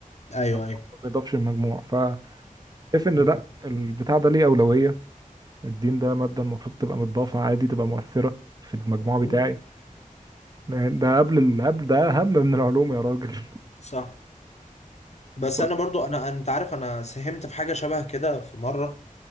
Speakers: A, on the left (about 50°); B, on the right (about 30°).
A: ايوه
B: ما
A: ايوه
B: بيضافش المجموع فشايف ان
A: مم.
B: لا البتاع ده ليه اولوية الدين ده مادة المفروض تبقى متضافة عادي تبقى مؤثرة في المجموع بتاعي
A: مم.
B: يعني ده قبل ال... قبل ده اهم من العلوم يا راجل
A: صح
B: <laughs>
A: بس انا برضو انا انت عارف انا ساهمت في حاجه شبه كده في مره